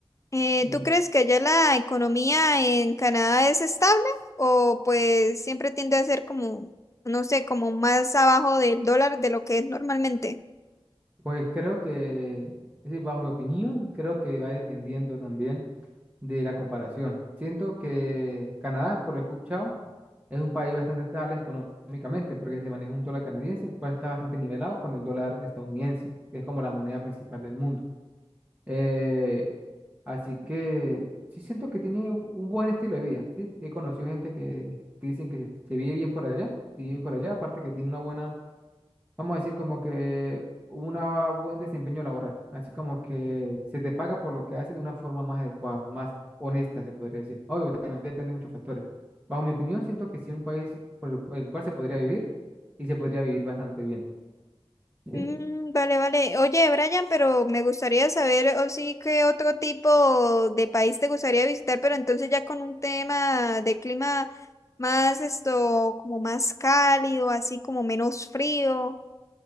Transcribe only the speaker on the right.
Y
pues creo que, es decir, bajo mi opinión, creo que va dependiendo también de la comparación. Siento que Canadá, por lo que he escuchado, Es un país bastante estable económicamente porque se maneja un dólar canadiense, el cual está bastante nivelado con el dólar estadounidense, que es como la moneda principal del mundo. Eh, así que sí siento que tiene un un buen estilo de vida. Sí, he conocido gente que, que dicen que se, se vive bien por allá, sí, bien por allá, aparte que tiene una buena vamos a decir, como que un buen desempeño laboral, así como que se te paga por lo que haces de una forma más adecuada, más honesta, se podría decir. Obvio, también depende de muchos factores. Bajo mi opinión, siento que sí es un país por el, cu- el cual se podría vivir y se podría vivir bastante bien,
¿sí?